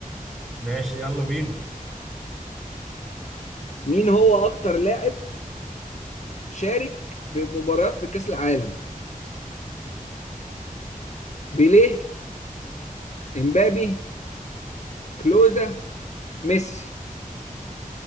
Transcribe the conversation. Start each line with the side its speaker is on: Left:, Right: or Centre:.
Centre: ماشي يلا بينا
Left: مين هو اكتر لاعب شارك في مباريات في كأس العالم بيليه امبابي كلوزا ميسي